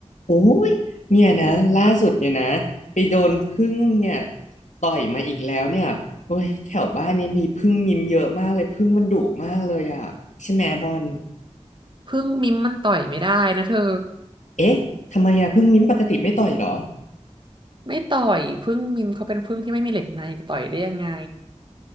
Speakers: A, on the left; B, on the right.
A: โอ้ยเนี่ยนะล่าสุดเนี่ยนะไปโดนผึ้งเนี่ยต่อยมาอีกแล้วเนี่ยโอ้ยแถวบ้านเนี่ยมีผึ้งมิมเยอะมากเลยผึ้งมันดุมากเลยอ่ะใช่ไหมบอล
B: พึ่งมิมมันต่อยไม่ได้นะเธอ
A: เอ๊ะทำไมอ่ะผึ้งมิมปกติไม่ต่อยเหรอ
B: <laughs> ไม่ต่อยพึ่งมิมเขาเป็นพึ่งที่ไม่มีเหล็กในจะต่อยได้ยังไง